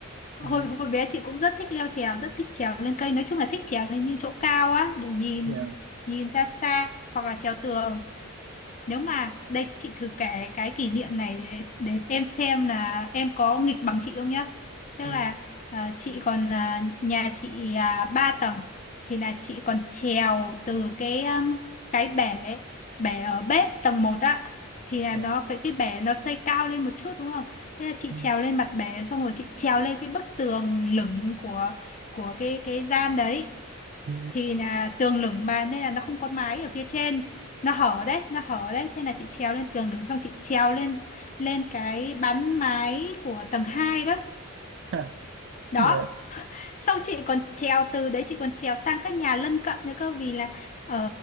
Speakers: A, on the left (about 35°); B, on the right (about 55°).
A: hồi
B: ừ,
A: hồi bé chị cũng rất thích leo trèo rất thích trèo lên cây nói chung là thích trèo lên những chỗ cao á để nhìn
B: dạ
A: nhìn ra xa hoặc là trèo tường nếu mà đây chị thử kể cái kỷ niệm này để, để em xem là em có nghịch bằng chị không nhá. Tức
B: ừ,
A: là à, chị còn à, nhà chị à, 3 tầng thì là chị còn trèo từ cái um, cái bể bể ở bếp tầng một á thì là
B: dạ
A: nó cái cái bể nó xây cao lên một chút đúng không? Thế là chị
B: ừ,
A: trèo lên mặt bể xong rồi chị trèo lên cái bức tường lửng của của cái cái gian đấy
B: ừ,
A: thì là tường lửng mà nên là nó không có mái ở phía trên nó hở đấy nó hở đấy thế là chị trèo lên tường lửng xong chị trèo lên lên cái bắn mái của tầng 2 đó
B: ha,
A: đó
B: dạ
A: sau chị còn trèo từ đấy chị còn trèo sang các nhà lân cận nữa cơ vì là ở